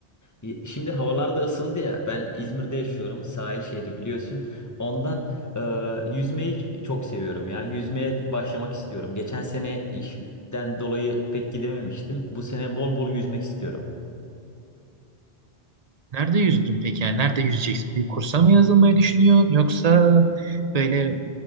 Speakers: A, on the left; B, on the right.
A: y- şimdi havalar da ısındı ya. Ben İzmir'de yaşıyorum. Sahil şehri biliyorsun. Ondan e, yüzmeyi ç- çok seviyorum ya. Yüzmeye t- başlamak istiyorum. Geçen sene işten dolayı pek gidememiştim. Bu sene bol bol yüzmek istiyorum.
B: Nerede yüzdün peki? Yani nerede yüzeceksin? Bir kursa mı yazılmayı düşünüyorsun? Yoksa böyle